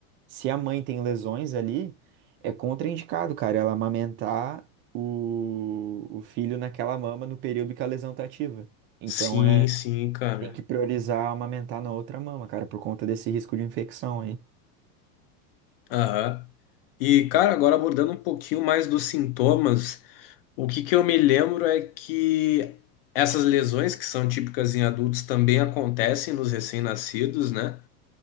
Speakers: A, on the right (about 25°); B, on the left (about 40°).
A: Se a mãe tem lesões ali, é contraindicado, cara, ela amamentar o, o filho naquela mama no período que a lesão tá ativa. Então
B: Sim,
A: é,
B: sim, cara.
A: tem que priorizar amamentar na outra mama, cara, por conta desse risco de infecção aí.
B: Aham. E, cara, agora abordando um pouquinho mais dos sintomas, o que que eu me lembro é que essas lesões, que são típicas em adultos, também acontecem nos recém-nascidos, né?